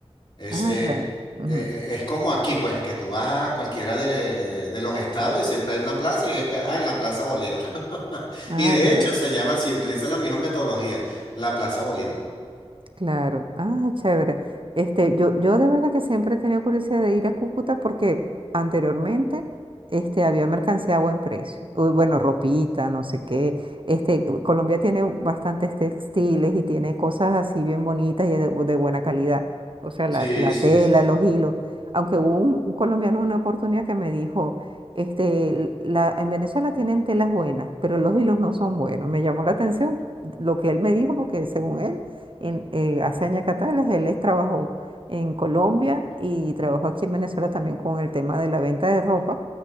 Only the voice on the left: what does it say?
Es,
eh,
eh,
eh, es como aquí, pues, que tú vas a cualquiera de, de- de los estados y siempre hay una plaza y es que, ah, en la Plaza Bolívar. <laughs>
Y de
hecho se llama así, utilizan la misma metodología, la Plaza Bolívar.
Sí,
sí,
sí.